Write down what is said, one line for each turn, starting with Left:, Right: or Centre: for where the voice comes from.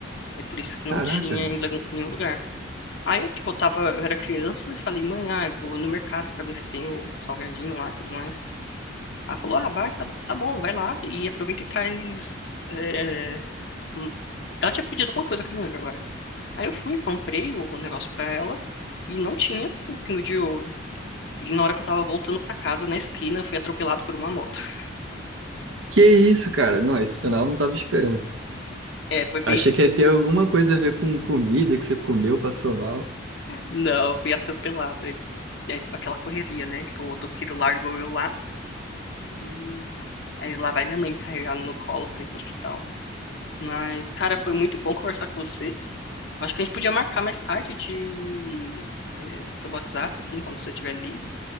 Left: Aí por isso que não
Right: Caraca,
Left: tinha em lugar- nenhum lugar. Aí, eu, tipo, eu tava, eu era criança e falei, mãe, ah, eu vou no mercado pra ver se tem o salgadinho lá e tudo mais. Ela falou, ah, vai, tá, tá bom, vai lá e aproveita e traz. é, um- Ela tinha pedido alguma coisa que eu não lembro agora. Aí eu fui, comprei o negócio pra ela e não tinha o pingo de ouro. E na hora que eu tava voltando pra casa, na esquina, eu fui atropelado por uma moto. <laughs>
Right: que isso, cara? Não, esse final eu não tava esperando.
Left: É, foi bem.
Right: Achei que ia ter alguma coisa a ver com comida que você comeu, passou mal.
Left: Não, eu fui atropelado. Aí, aí foi aquela correria, né? Tipo, o motoqueiro largou eu lá e. Aí lá vai minha mãe me carregar no colo pra ir pro hospital. Mas, cara, foi muito bom conversar com você. Acho que a gente podia marcar mais tarde de eh, pelo WhatsApp, assim, quando você estiver livre.